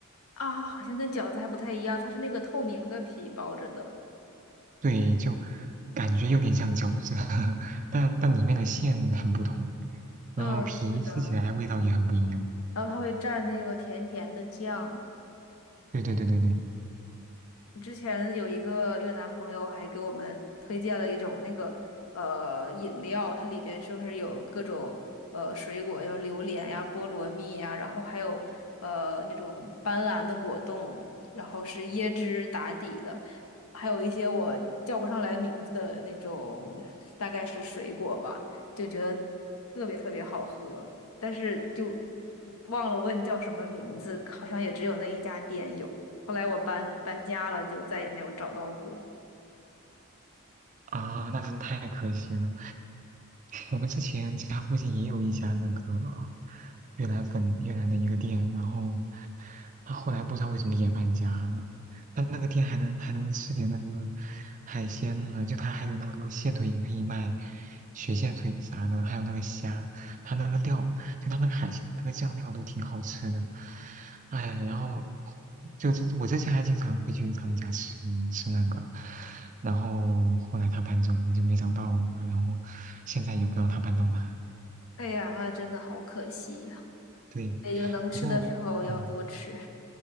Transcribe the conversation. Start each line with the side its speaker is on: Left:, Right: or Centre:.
Left: 啊，好像跟饺子还不太一样，它是那个透明的皮包着的。
Right: 对，就感觉有点像饺子，<laughs> 但但里面的馅很不同，然后皮吃起来味道也很不一样。
Left: 嗯，是的。然后它会蘸那个甜甜的酱，
Right: 对对对对对，
Left: 之前有一个越南朋友还给我们推荐了一种那个呃饮料，它里边是不是有各种呃水果，有榴莲呀、菠萝蜜呀，然后还有呃那种斑斓的果冻，然后是椰汁打底的，还有一些我叫不上来名字的那种，大概是水果吧，就觉得特别特别好喝，但是就嗯忘了问叫什么名字，好像也只有那一家店有。后来我搬搬家了，就再也没有找到过。
Right: 啊，那真太可惜了。我们之前家附近也有一家那个越南粉越南的一个店，然后他后来不知道为什么也搬家了，但那个店还能还能吃点那个海鲜呢，就他还有那个蟹腿也可以卖，雪蟹腿啥的，还有那个虾，他那个料就他那个海鲜的那个酱料都挺好吃的，哎，然后就这我之前还经常会去他们家吃吃那个，然后后来他搬走我就没找到了，然后现在也不知道他搬到哪。
Left: 哎呀，真的好可惜呀！
Right: 对，
Left: 也就能吃的时候要多吃。
Right: 不过嗯。